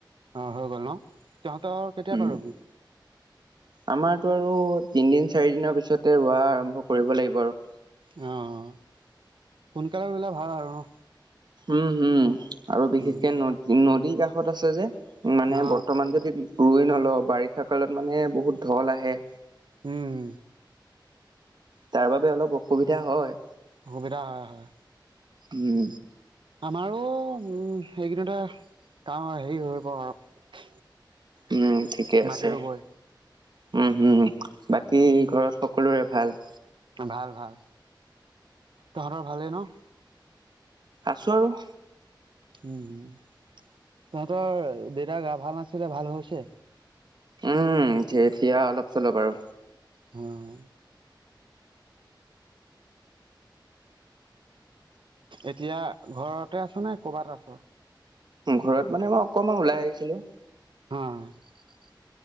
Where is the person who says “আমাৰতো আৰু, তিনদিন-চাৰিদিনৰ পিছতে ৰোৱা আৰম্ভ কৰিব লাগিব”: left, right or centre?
Right